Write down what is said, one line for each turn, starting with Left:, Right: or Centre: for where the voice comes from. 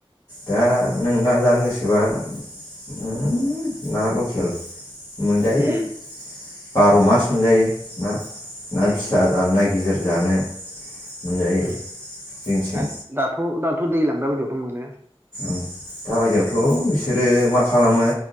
Left: दा नों ना जानो गोसोबा <unintelligible> ना लखेल मोनजायो
Right: उम
Left: बार' मास मोनजायो ना ना
Right: उम
Left: फिसा जानोना गिदिर जानो मोनजायो
Right: ओम
Left: जोंनिथिं
Right: आरो दाथ' दाथ' दैलां दा बायदियावथ' मोनो
Left: ओम दा बायदियावथ' बिसोरो मा खालामो